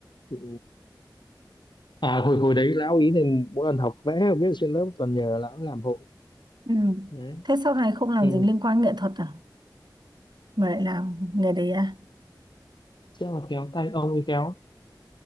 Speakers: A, on the left (about 75°); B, on the right (about 65°).
A: tự... à hồi hồi đấy lão ý thì mỗi lần học vẽ viết trên lớp toàn nhờ lão làm hộ
B: ừ.
A: đấy
B: thế sau này không làm
A: ừ.
B: dính liên quan nghệ thuật à mà lại làm nghề đấy à
A: chắc là khéo tay ông ấy khéo